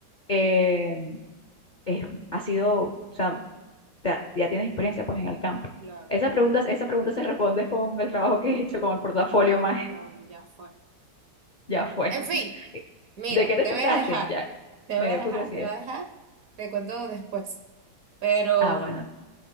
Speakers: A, on the left; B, on the right.
A: eh, es- ha sido, o sea, ya, ya tienes experiencia pues en el campo.
B: Claro.
A: Esa pregunta, esa pregunta se responde con el trabajo que he hecho, con el portafolio
B: Ay,
A: más,
B: bueno, ya fue.
A: <laughs> ya fue.
B: En fin. Mira,
A: ¿De qué eres
B: te voy
A: el casting?
B: a dejar,
A: Ya,
B: te
A: me
B: voy a
A: dio
B: dejar,
A: curiosidad.
B: te voy a dejar, te cuento después. Pero,
A: Ah, bueno,
B: mm,